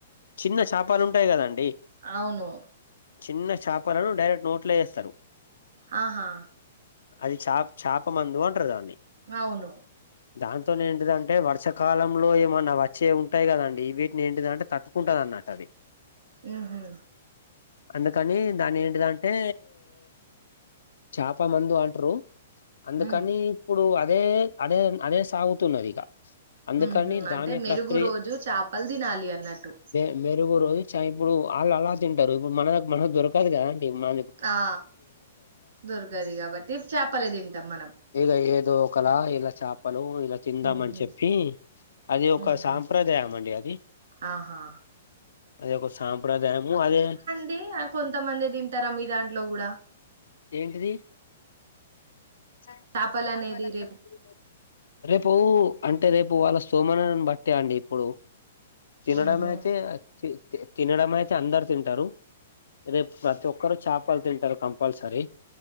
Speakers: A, on the left (about 85°); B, on the right (about 75°).
A: చిన్న చాపాలు ఉంటాయి కదండి
B: అవును
A: చిన్న చేపలను డైరెక్ట్ నోట్లో వేస్తారు
B: ఆహా
A: అది చాప చేప మందు అంటారు దాన్ని
B: అవును
A: దాంతోనే ఏంటిదంటే వర్షాకాలంలో ఏమన్నా వచ్చే ఉంటాయి కదండి ఈ వీటిని ఏంటిదంటే తట్టుకుంటంది అన్నటు అది వి
B: ఆహ
A: అందుకని దాని ఏంటిదంటే చాప మందు అంటారు అందుకని
B: ఉమ్
A: ఇప్పుడు అదే అదే అదే సాగుతున్నది ఇగ అందుకని
B: ఉహు
A: దాని
B: అంటే మెరుగు
A: ప్రక్రియ
B: రోజు చేపలు తినాలి అన్నట్టు
A: మే మెరుగు రోజు చ ఇప్పుడు వాళ్ళు అలా తింటారు ఇప్పుడు మనకు మన దొరకదు కదా అండి మన
B: ఆ దొరకది కాబట్టి చేపలే తింటాం మనం
A: ఈగ ఏదో ఓకలా చాపలు ఇలా తిందాం
B: ఉహు
A: అని చెప్పి అది ఒక
B: ఉహు
A: సాంప్రదాయం అండి అది
B: ఆహా
A: అదే ఓక సంప్రదాయము అదే
B: అయితే ఆ కొంతమంది తింటారా మీ దాంట్లో కూడా
A: ఏంటిది చాపలకు
B: చేపలు అనేది రేపు
A: పోయిండు రేపు అంటే రేపు వాళ్ళ సోమనాని బట్టే అండి ఇప్పుడు తినడం
B: ఉహు
A: అయితే తినడం అయితే అందరు తింటారు రేపు ప్రతి ఒక్కరు చేపలు తింటారు కంపల్సరీ